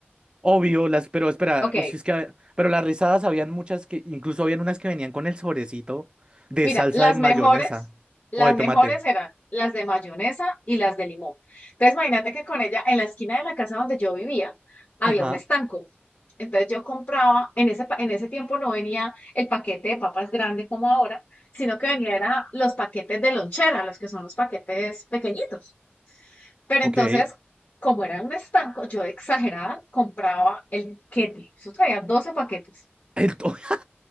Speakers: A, on the right; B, on the left.
A: Obvio, las, pero espera,
B: Ok,
A: uy, si es que, ha- pero las rizadas habían muchas que, incluso habían unas que venían con el sobrecito de
B: Mira,
A: salsa
B: las
A: de mayonesa
B: mejores, las
A: o de tomate.
B: mejores eran las de mayonesa y las de limón. Entonces, imagínate que con ella, en la esquina de la casa donde yo vivía, había
A: Ajá.
B: un estanco. Entonces yo compraba, en ese, pa- en ese tiempo no venía el paquete de papas grande como ahora, sino que venía era los paquetes de lonchera, los que son los paquetes pequeñitos. Pero
A: Ok.
B: entonces,
A: El
B: como era un estanco, yo de exagerada compraba el paquete. Eso traía 12 paquetes.
A: to-